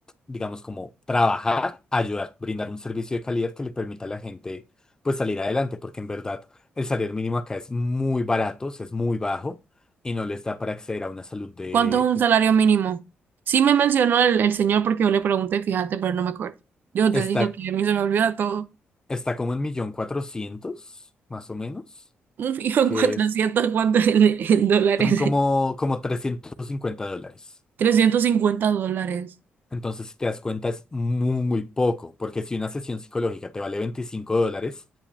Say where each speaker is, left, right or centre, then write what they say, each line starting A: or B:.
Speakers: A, on the left; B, on the right.
A: digamos, como trabajar, ayudar, brindar un servicio de calidad que le permita a la gente pues salir adelante, porque en verdad el salario mínimo acá es muy barato, o sea, es muy bajo y no les da para acceder a una salud de...
B: ¿Cuánto es un
A: es-
B: salario mínimo? Sí me mencionó el, el señor porque yo le pregunté, fíjate, pero no me acuerdo. Yo te
A: Está,
B: digo que a mí se me olvida todo.
A: está como en millón cuatrocientos, más o menos,
B: <laughs> Un fijo en
A: que
B: cuatrocientos
A: es,
B: ¿cuánto en, en dólares?
A: son como, como 350 dólares.
B: <laughs> trescientos cincuenta dólares.
A: Entonces, si te das cuenta, es muy, muy poco, porque si una sesión psicológica te vale 25 dólares